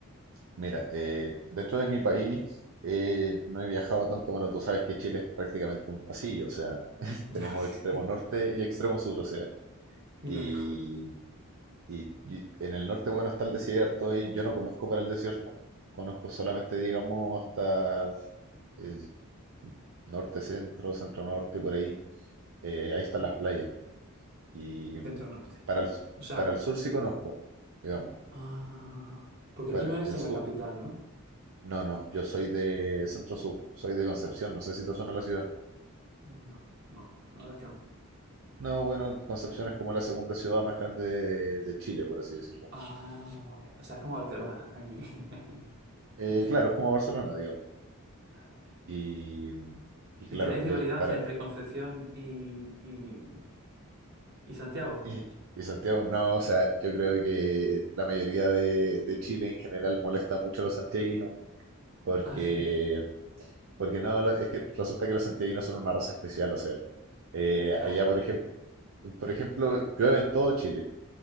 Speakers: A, on the right; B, on the right.
A: Mira, eh, dentro de mi país eh, no he viajado tanto. Bueno, tú sabes que Chile es prácticamente un pasillo, o sea, <laughs> tenemos
B: Ya, <laughs>
A: extremo
B: sé,
A: norte y extremo sur, o sea.
B: muy
A: Y,
B: largo.
A: y- y en el norte, bueno, está el desierto y yo no conozco para el desierto. Conozco solamente, digamos, hasta eh, norte, centro, centro norte, por ahí. Eh, ahí están
B: Vale,
A: las playas. Y mm,
B: centro norte.
A: para el, s-
B: O sea,
A: para el sur sí conozco, digamos.
B: ah, porque
A: Para
B: tú no eres
A: el
B: de
A: sur.
B: la capital, ¿no?
A: No, no, yo soy de Centro Sur, soy de Concepción, no sé si te suena la ciudad.
B: No, no, la verdad es que no.
A: No, bueno, Concepción es como la segunda ciudad más grande de, de Chile, por así decirlo.
B: Ah, vale. O sea, es como Barcelona, aquí <laughs>
A: Eh,
B: en España.
A: claro, es como Barcelona, digamos.
B: Ya, ya, ya.
A: Y, mm, y
B: ¿Y
A: claro,
B: tenéis rivalidad
A: eh, para...
B: entre Concepción y, y, y Santiago?
A: <laughs> Y Santiago, no, o sea, yo creo que la mayoría de, de Chile en general molesta mucho a los santiaguinos porque
B: Ah, sí,
A: Porque no, lo- es que resulta que los santiaguinos son una raza especial, o sea, eh,
B: ya,
A: allá por ejemplo, por ejemplo, llueve en todo Chile